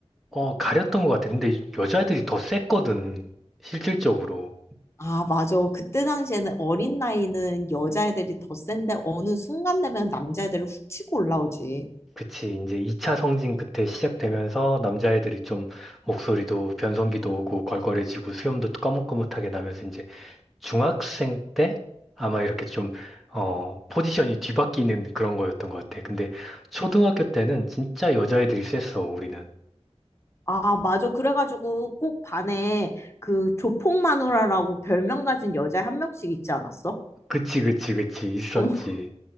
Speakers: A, in the centre; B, on the left (about 25°).
A: 어, 가렸던 것 같아. 근데 여자애들이 더 셌거든. 실질적으로.
B: 아, 맞아. 그때 당시에는 어린 나이는 여자애들이 더 센데 어느 순간 되면 남자애들이 훅 치고 올라오지.
A: 그치. 이제 2차 성징 그때 시작되면서 남자애들이 좀 목소리도 변성기도 오고 걸걸해지고 수염도 꺼뭇꺼뭇하게 나면서 이제 중학생 때 아마 이렇게 좀, 어, 포지션이 뒤바뀌는 그런 거였던 것 같아. 근데 초등학교 때는 진짜 여자애들이 셌어, 우리는.
B: 아, 맞아. 그래가지고 꼭 반에 그 조폭마누라라고 별명 가진 여자 한 명씩 있지 않았어?
A: 그치, 그치, 그치. 있었지.
B: <laughs>